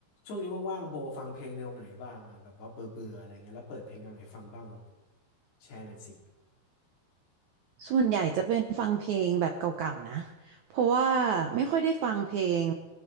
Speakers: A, on the left; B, on the right.
A: ช่วงนี้ว่างๆโบฟังเพลงแนวไหนบ้างอ่ะแบบว่าเบื่อเบื่ออะไรเงี้ยแล้วเปิดเพลงแนวไหนฟังบ้างอ่ะแชร์หน่อยสิ
B: ส่วนใหญ่จะเป็นฟังเพลงแบบเก่าๆนะ เพราะว่าไม่ค่อยได้ฟังเพลง